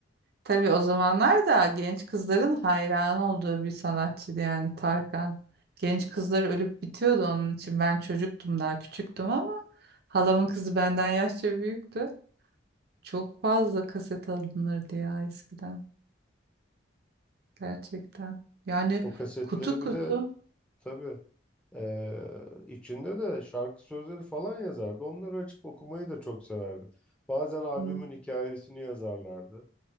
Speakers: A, on the right (about 55°); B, in the centre.
A: Tabii o zamanlar da genç kızların hayran olduğu bir sanatçıydı yani Tarkan. Genç kızlar ölüp bitiyordu onun için. Ben çocuktum daha küçüktüm ama halamın kızı benden yaşça büyüktü. Çok fazla kaset alınırdı ya eskiden gerçekten. Yani
B: O kasetleri
A: kutu
B: bir
A: kutu.
B: de tabii ee, içinde de şarkı sözleri falan yazardı. Onları açıp okumayı da çok severdim. Bazen albümün
A: Hı.
B: hikayesini yazarlardı.